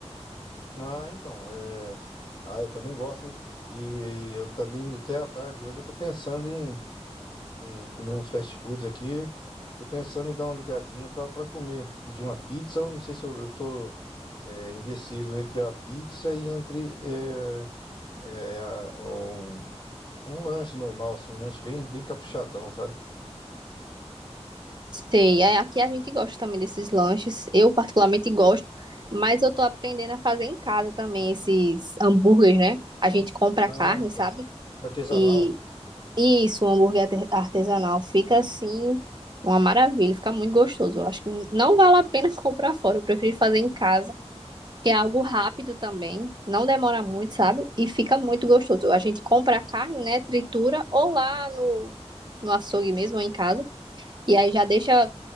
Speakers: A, on the left (about 45°); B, on the right (about 40°).
A: Ah, então, é... Ah, eu também gosto, hein? E, eu também, até à tarde hoje, eu tô pensando em, em comer uns fast foods aqui. Tô pensando em dar uma ligadinha pra, pra comer. Pedir uma pizza, ou não sei se eu, eu tô é, indeciso entre a pizza e entre é, é, a- um, um lanche normal, assim, um lanche bem, bem caprichadão, sabe?
B: Sei, é, aqui a gente gosta também desses lanches. Eu particularmente gosto, mas eu tô aprendendo a fazer em casa também esses hambúrgueres, né? A gente compra
A: Ah,
B: a carne, sabe?
A: tá. Artesanal.
B: E Isso, um hambúrguer arte- artesanal fica assim uma maravilha, fica muito gostoso. Eu acho que não vale a pena <laughs> comprar fora, eu prefiro fazer em casa, que é algo rápido também, não demora muito, sabe? E fica muito gostoso. A gente compra a carne, né, tritura ou lá no no açougue mesmo ou em casa, e aí já deixa